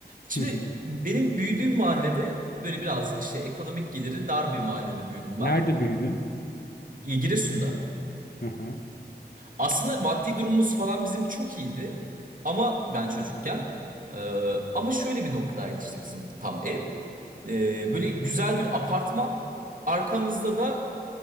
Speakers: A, on the right; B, on the left.
A: Şimdi
B: Hı hı.
A: benim büyüdüğüm mahallede böyle biraz işte ekonomik geliri dar bir mahallede büyüdüm
B: Nerede
A: ben.
B: büyüdün?
A: E, Giresun'da.
B: Hı hı.
A: Aslında maddi durumumuz falan bizim çok iyiydi. Ama ben çocukken. e, ama şöyle bir noktaydı işte bizim tam ev. E, böyle güzel bir apartman. Arkamızda da